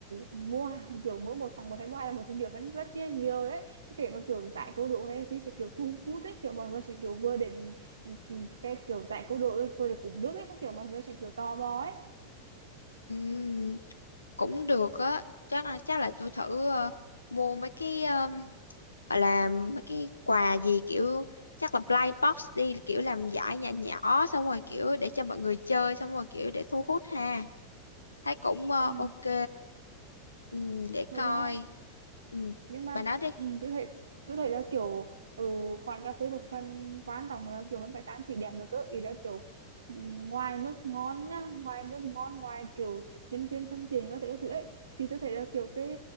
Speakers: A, on the right; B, on the left.
A: mua kiểu mỗi một tặng một hay mua hai là một thì kiểu hơn rất là nhiều đấy cái kiểu mà kiểu giải câu đố hay là gì sẽ kiểu thu hút đấy kiểu mọi người sẽ kiểu vừa đến ừm, cái kiểu giải câu đố rồi vừa được uống nước ấy kiểu mọi người sẽ kiểu tò mò ấy
B: Ừm, cũng được á chắc là chắc là tôi thử ờ, mua mấy cái ờ, gọi là mấy cái quà gì kiểu chắc là blind box đi kiểu làm giải nhỏ nhỏ xong rồi kiểu để cho mọi người chơi xong rồi kiểu để thu hút ha thấy cũng ờ,
A: ừ.
B: ok Ừm, để
A: nói
B: coi
A: chung là
B: Ừm,
A: nhưng mà
B: bà nói đi
A: ừ, tôi thấy tôi thấy là kiểu ừ, quán cà phê một phần quan trọng là kiểu vẫn phải trang trí đẹp nữa cơ ý là kiểu ừ, ngoài nước ngon nhá ngoài nước ngon ngoài kiểu nhân viên thân thiện các thứ các thứ ấy thì tôi thấy là kiểu cái